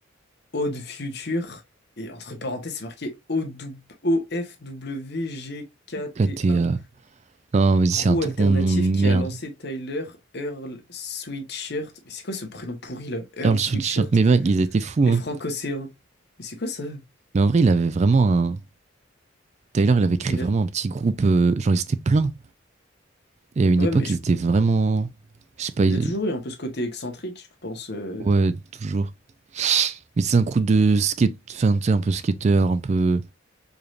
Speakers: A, on the left (about 55°); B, on the right (about 35°).
A: Ode Future. Et entre parenthèses, c'est marqué O-F-W-G-K-T-A.
B: KTA. Non, mais c'est
A: Crew
B: un tronc
A: alternatif
B: de nom de merde.
A: qui a lancé Tyler Earl Sweatshirt. Mais c'est quoi ce prénom pourri là? Earl
B: Earl
A: Sweatshirt
B: Sweatshirt, mais mec, ils étaient fous, hein.
A: et Frank Océan. Mais c'est quoi ça?
B: Mais en vrai, il avait vraiment un. Tyler, il avait créé
A: Il
B: vraiment
A: a...
B: un petit groupe. euh, Genre, ils étaient pleins. Et à une
A: Ouais,
B: époque,
A: mais je-
B: ils étaient vraiment. Je sais pas. ils-
A: il a toujours eu un peu ce côté excentrique, je pense. euh.
B: Ouais, toujours. Mais c'est un groupe de skate. Enfin, tu sais, un peu skater, un peu